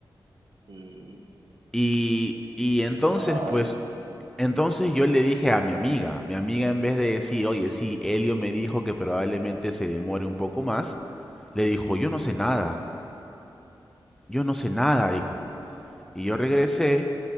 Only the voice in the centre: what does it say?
Y, y entonces,
pues,
entonces yo le dije a mi amiga, mi amiga en vez de decir, oye, sí, Elio me dijo que probablemente se demore un poco más, le dijo, yo no sé nada, yo no sé nada, dijo. Y yo regresé